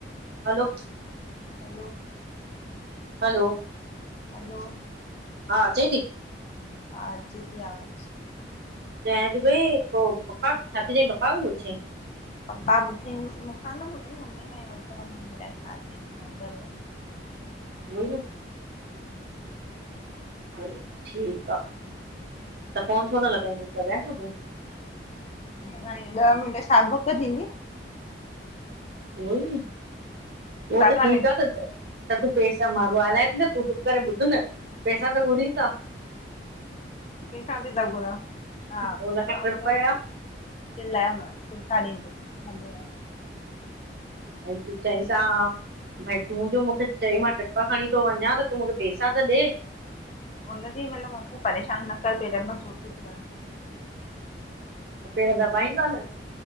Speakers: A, on the right; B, on the left.
A: हलो,
B: हलो,
A: हलो,
B: हलो,
A: हा अचेई थी?
B: हा अचे ती हाणे।
A: चये थी पई पो पपा छा थी चई पपा का बि पुछेई।
B: पप्पा ॿुधी मूंखां न ॿुधईं मम्मी खां ही बुछई मम्मी अलाऐ छा चयईंस? मां अंदर हुयम। <inaudible>
A: उई न। अरे ठीकु आ, त फोन छो न लॻाईंदसि लॻाए न फोन।
B: हाणे ॾह मिंट छा बुक थींदी?
A: उहो ई न,
B: छा
A: उह त
B: ॻाल्हाईंदो
A: ठीक आ त त तूं पैसा मां ॻाहाल्हाए थी न तूं चुप करे ॿुध न पैसा ता घुरयूं छा?
B: क ख बिे जॻो न हा
A: हुन खां ट्रिप
B: उन खे
A: जा
B: च चिल्लायमांस, पैसा ॾिंन्दी
A: ऐं तूं चईस आ भई तूं जो मूंखे चई मां ट्रिप खणी थो वञा त तूं मूंखे पैसा त ॾे
B: हुन चयईं मतलबु मूंखे परेशानु न कर पैरा में सूर तो थियेटर हाणे।
A: त पेर दॿाईस आ न।